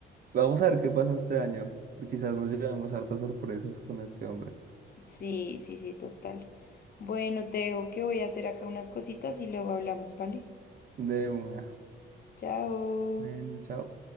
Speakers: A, on the right (about 50°); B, on the left (about 50°).
A: vamos a ver qué pasa este año. Quizás nos llevemos hartas sorpresas con este hombre.
B: Sí, sí, sí, total. Bueno, te dejo que voy a hacer acá unas cositas y luego hablamos, ¿vale?
A: De una.
B: Chao.
A: Bueno, chao.